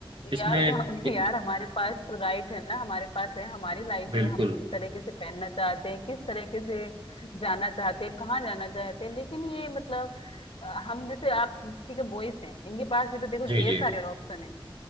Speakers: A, on the right (about 65°); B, on the left (about 75°).
A: इसमें
B: यार तो
A: दिक-
B: <laughs> यार हमारे पास तो राइट है ना हमारे पास है हमारी लाइफ
A: बिल्कुल
B: है हम किस तरीके से पहनना चाहते हैं किस तरीके से जाना चाहते हैं कहाँ जाना चाहते हैं लेकिन ये मतलब अ, हम जैसे आप ठीक है बॉयज हैं इनके पास भी तो देखो
A: जी
B: ढेर
A: जी
B: सारे ऑप्शन है